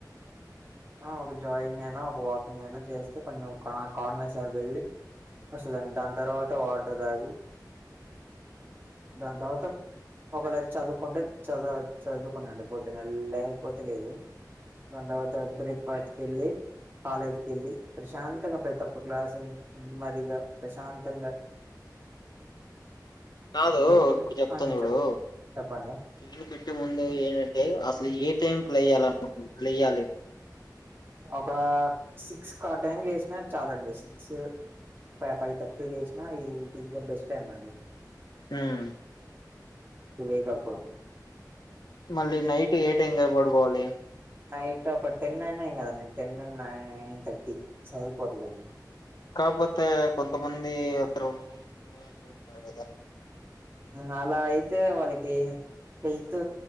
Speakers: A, on the right; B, on the left.
A: ఆ ఒక జాగింగ్ అయినా ఒక వాకింగ్ అయినా చేస్తే కొంచెం కా కాన్ఫిడెన్స్ పెరిగి వస్తదండి దాని తర్వాత వాటర్ తాగి దాని తర్వాత ఒకవేళ చదువుకుంటే చదువు చదువుకుండి పొద్దున లేకపోతే లేదు దాని తర్వాత బ్రేక్ ఫస్ట్ కెళ్ళి కాలేజ్ కెళ్ళి ప్రశాంతంగా ప్రతొక్క క్లాసు విని నెమ్మదిగా ప్రశాంతంగా
B: కాదూ
A: హ్మ్. హ్మ్.
B: ఇప్పుడు చెప్తాన్
A: అండి
B: చూడు
A: చెప్ చెప్పండి
B: <unintelligible> పెట్టే ముందు ఏంటంటే అసలు ఏ టైం కి లేయాలి
A: ఒకా సిక్స్ ఆ టైమ్ కు లేసినా చాలండి సిక్స్ ఫైవ్ థర్టీ లేసినా ఇది it is the best time అండి
B: మ్మ్
A: ఇవే కప్పు
B: మళ్ళీ నైట్ ఏ టైం కి పడుకోవాలి
A: నైట్ ఒక టెన్ అయినా ఏం కాదండి టెన్ నైన్ థర్టీ సరిపోతుందండి
B: కాకపోతే కొంతమంది <unintelligible> మూడు దాకా కూడా ఉంటారు కదా
A: ఆ అలా అయితే వాళ్ళకి హెల్త్